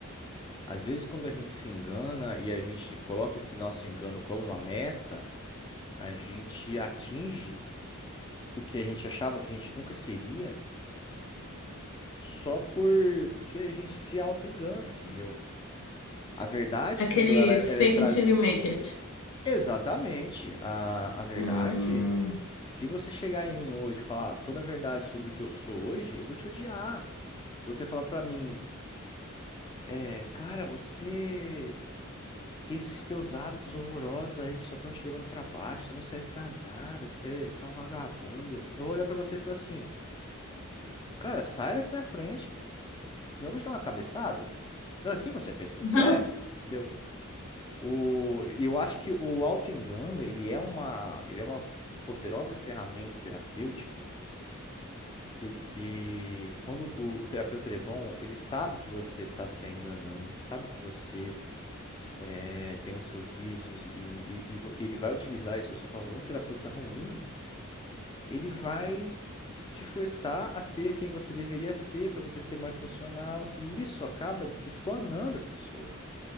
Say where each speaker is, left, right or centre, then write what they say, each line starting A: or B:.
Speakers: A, on the left; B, on the left.
A: às vezes quando a gente se engana e a gente coloca esse nosso engano como uma meta, a gente atinge o que a gente achava que a gente nunca seria só por, porque a gente se auto-engana, entendeu? A verdade,
B: Aquele
A: quando ela, é-
B: fake
A: ela é trazida.
B: until you make it.
A: Exatamente. A, a verdade,
B: Hum.
A: se você chegar em mim hoje e falar toda a verdade sobre o que eu sou hoje, eu vou te odiar. Se você falar pra mim, é, cara, você tem esses teus hábitos horrorosos aí que só estão te levando pra baixo, você não serve pra nada, você, você é um vagabundo. Eu vou olhar pra você e falar assim, cara, sai daqui da minha frente, senão eu vou te dar uma cabeçada. Não, Quem você pensa que você
B: <laughs>
A: é? Entendeu? O, eu acho que o autoengano, ele é uma, ele é uma poderosa ferramenta terapêutica, porque quando o, o terapeuta ele é bom, ele sabe que você está se enganando, ele sabe que você eh, tem os seus vícios e, e- e vo- ele vai utilizar isso a seu favor. Um terapeuta ruim, ele vai te forçar a ser quem você deveria ser, para você ser mais funcional, e isso acaba espanando as pessoas. O